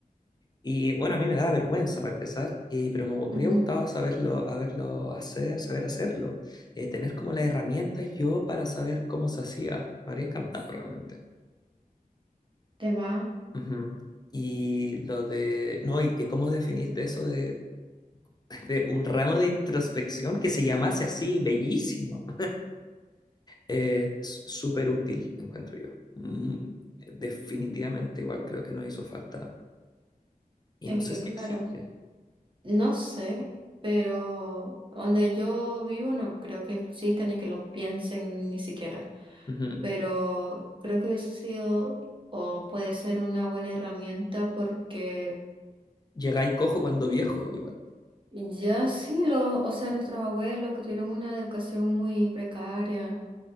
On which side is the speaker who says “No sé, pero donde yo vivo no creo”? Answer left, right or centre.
Right